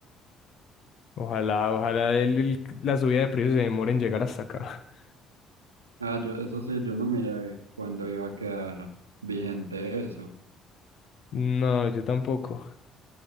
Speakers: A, on the left; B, on the right.
A: Ojalá, ojalá el- el- la subida de precios se demore en llegar hasta acá. <laughs>
B: Ah, yo, eso sí, yo no miré cuándo iba a quedar vigente eso.
A: No, yo tampoco.